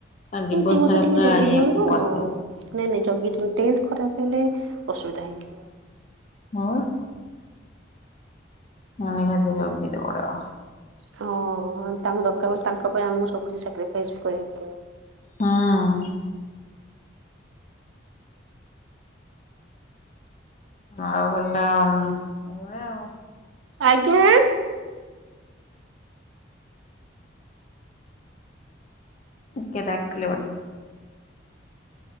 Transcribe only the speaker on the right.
ଏଇ ଦି ବର୍ଷ
ଟିକେ
ଜଗି
ଦିଅନ୍ତୁ
ନାଇଁ ନାଇଁ ଜଗି ଦିଅନ୍ତୁ ଟେନଥ୍ ଖରାପ ହେଲେ ଅସୁବିଧା ହେଇଯିବ।
ହଁ, ତାଙ୍କୁ ଦରକାର ତାଙ୍କ ପାଇଁ ଆମକୁ ସବୁ କିଛି ସାକ୍ରିଫାଇସ୍ କରିବାକୁ ପଡିବ।
ଆଜ୍ଞା,